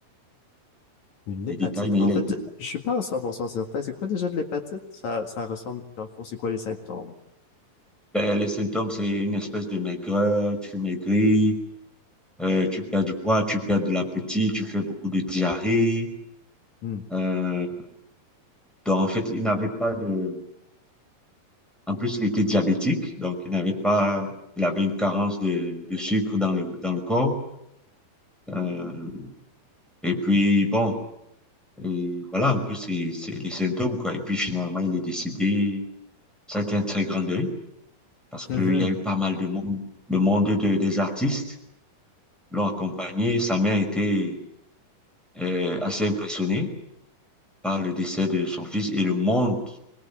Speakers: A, on the left; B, in the centre.
A: une
B: les
A: hépatite.
B: détails, mais
A: En
B: il a
A: fait,
B: été.
A: je suis pas en 100% certain. C'est quoi déjà de l'hépatite? Ça, ça ressemble, dans le fond, c'est quoi les symptômes?
B: ben, les symptômes, c'est une espèce de maigreur, tu maigris, euh, tu perds du poids, tu perds de l'appétit, tu fais beaucoup de diarrhée.
A: Hmm.
B: Euh, donc, en fait, il n'avait pas de. En plus, il était diabétique, donc il n'avait pas. Il avait une carence de, de sucre dans le, dans le corps. Euh, Et puis, bon, et voilà un peu c'est c'est les symptômes, quoi. Et puis, finalement, il est décédé. Ça a été un très grand deuil parce qu'il
A: Mhm.
B: y a eu pas mal de monde, le monde de, des artistes l'ont accompagné. Sa mère était euh, assez impressionnée par le décès de son fils et le monde